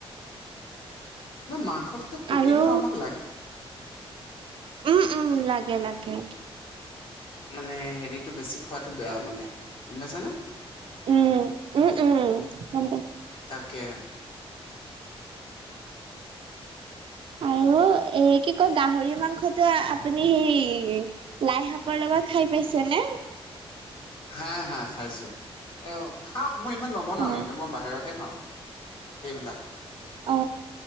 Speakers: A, on the left; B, on the right.
A: ন মাংসততো প্ৰটিনটো
B: আৰু
A: আমাক লাগি
B: উম উম লাগে লাগে।
A: মানে হেৰিতটো বেছি খোৱাতটো বেয়া মানে গম পাইছা নে?
B: উম উম উম গম পাইছোঁ।
A: তাকে
B: আৰু এ কি কয় গাহৰি মাংসটো আপুনি হেৰি লাই শাকৰ লগত খাই পাইছে নে?
A: হা হা খাইছো অ খাও মই ইমান নবনাও
B: অ
A: এইটো মই বাহিৰতে খাওঁ। এইবিলাক
B: অ